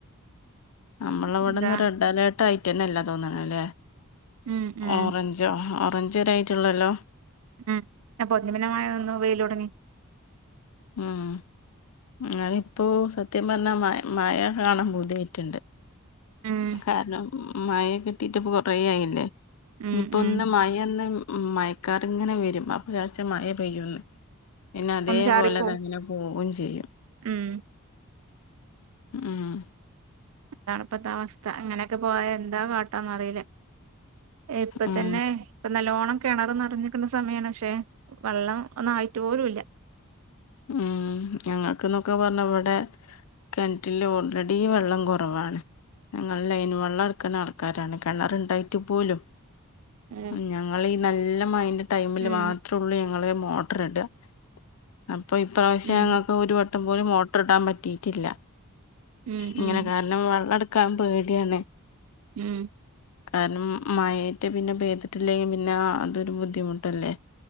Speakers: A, on the left; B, on the right.
A: നമ്മളെ ഇവിടൊന്നും
B: എന്താ
A: റെഡ് അലേർട്ട് ആയ്ട്ടന്നെ ഇല്ലാ തോന്ന്ണ്ലെ
B: ഉം ഉം
A: ഓറഞ്ച് ഞ്ചോ ഓറഞ്ചരെ ആയിട്ടോള്ളോല്ലോ
B: ഉം പോതുമിനമായ ഒന്നും <unintelligible>
A: ആഹ് എന്നാലിപ്പോ സത്യം പർഞ്ഞാ മ മഴ കാണാൻ പൂതിയട്ടിണ്ട്
B: ഉം
A: കാരണം മഴ കിട്ടീട്ടപ്പ കൊറേ ആയില്ലേ
B: ഉം
A: ഇനിപൊ
B: ഉം
A: ന്ന് മയൊന്ന് മയക്കാർ ഇങ്ങനെ വരും അപ്പൊയാര്ച്ചും മഴ പെയ്യുംന്ന്. പിന്നെ അതേപോലെ
B: ഒന്ന് ചാറിപ്പോവും
A: തന്നെ പോവും ചെയ്യും
B: ഉം
A: മ്മ്ഹ്
B: ഇതാണ് ഇപ്പത്തവസ്ഥ ഇങ്ങനൊക്കെപ്പോയാ എന്താ കാട്ടാന്നറീല്ല. ഏഹ് ഇപ്പ
A: ഉം
B: തന്നെ ഇപ്പ നല്ലോണം കെണർ നറഞ്ഞ് നിക്ക്ണ സമയാണ് പക്ഷെ വെള്ളം ഒന്നായിട്ടു പോലൂല്ല.
A: മ്മ്ഹ് ഞങ്ങക്ക്ന്നൊക്കെ പറഞ്ഞാ ഇവടെ കെൻ്റ്റില് ഓൾറെഡി വെള്ളം കൊറവാണ്. ഞങ്ങൾ ലൈൻ വെള്ളം ഇട്ക്ക്ണെ ആൾക്കാരാണ് കെണർണ്ടായിട്ട് പോലും.
B: ഉം
A: ഞങ്ങളീ നല്ല മഴന്റെ ടൈമില്
B: ഉം
A: മാത്രൊള്ളു ഞങ്ങള് മൊട്ടറി ടാ. അപ്പൊ ഇപ്രാവശ്യം
B: ഉം
A: ഞങ്ങക്ക് ഒരു വട്ടം പോലും മോട്ടർ ഇടാൻ പറ്റിയിറ്റില്ല.
B: ഉം
A: ഇങ്ങനെ
B: ഉം
A: കാരണം വെള്ളം എടുക്കാൻ പേടിയാണ്.
B: മ്മ്ഹ്
A: കാരണം മഴ റ്റെ പിന്നെ പെയ്തിട്ടില്ലെങ്കി പിന്നാ അതൊരു ബുദ്ധിമുട്ടല്ലേ.